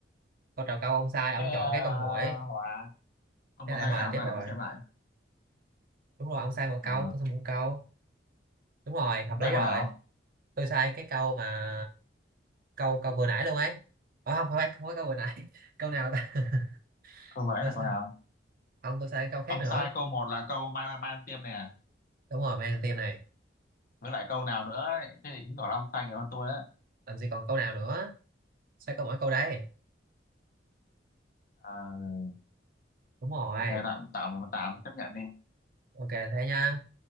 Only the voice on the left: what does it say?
thế à,
hòa ông
còn
sai
cái nào không
ta
để tôi xem lại
ờ,
không
sai câu
nào
câu vừa nãy
là
câu nào
ông
sai câu một là câu mai mai mai ăn tiêm này à.
với lại câu nào nữa ấy. thế thì chứng tỏ là ông sai nhiều hơn tôi á
Ờ,
ok tạm tạm tạm chấp nhận đi